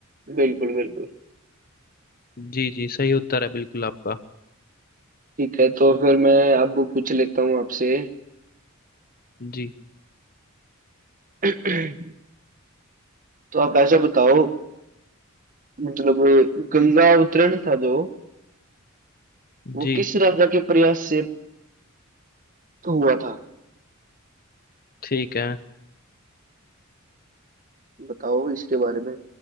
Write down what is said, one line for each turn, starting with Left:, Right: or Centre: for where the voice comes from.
Right: बिल्कुल बिल्कुल
Left: जी जी सही उत्तर है बिल्कुल आपका
Right: ठीक है तो फिर मैं अब पूछ लेता हूँ आपसे
Left: जी
Right: <clears throat> तो आप ऐसा बताओ मतलब गंगा अवतरण था जो वो
Left: जी
Right: किस राजा के प्रयास से हुआ था
Left: ठीक है
Right: बताओ इसके बारे में